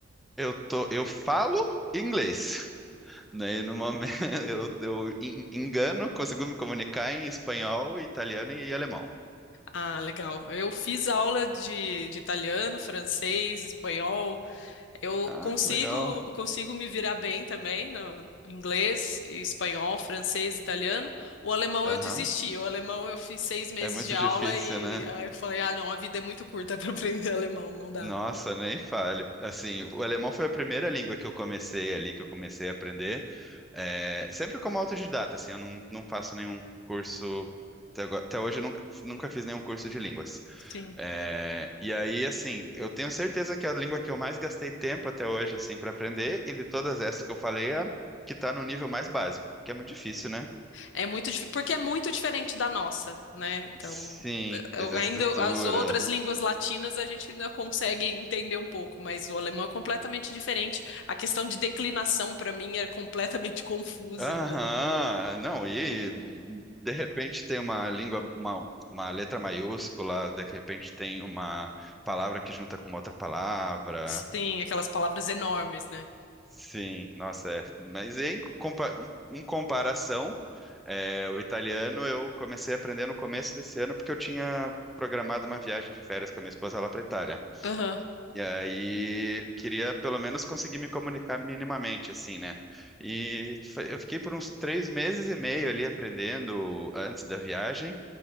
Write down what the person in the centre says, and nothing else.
Eu tô, eu falo inglês. Daí, no momento, <laughs> eu, eu en- engano, consigo me comunicar em espanhol, italiano e alemão.
Ah,
que legal.
Aham.
É muito
difícil,
né?
Nossa, nem fale. Assim, o alemão foi a primeira língua que eu comecei ali, que eu comecei a aprender. É, sempre como autodidata, assim, eu não, não faço nenhum curso. Até agora- até hoje eu nunca, nunca fiz nenhum curso de línguas.
É, e aí, assim, eu tenho certeza que é a língua que eu mais gastei tempo até hoje, assim, para aprender, e de todas essas que eu falei, é a que tá no nível mais básico, porque é muito difícil, né?
Sim,
essa
estrutura.
Aham,
não, e de repente tem uma língua, uma, uma letra maiúscula, de repente tem uma palavra que junta com outra palavra.
Sim, nossa, é. Mas em, compa- em comparação, é, o italiano eu comecei a aprender no começo desse ano porque eu tinha programado uma viagem de férias com a minha esposa lá para Itália.
E aí queria pelo menos conseguir me comunicar minimamente, assim, né? E foi- eu fiquei por uns três meses e meio ali aprendendo antes da viagem